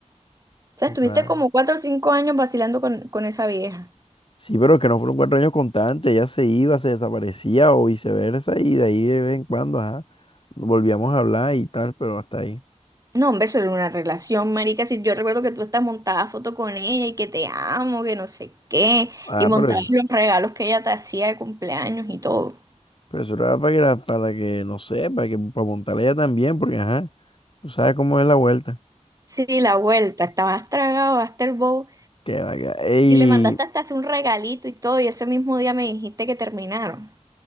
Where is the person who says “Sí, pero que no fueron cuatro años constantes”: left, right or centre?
Left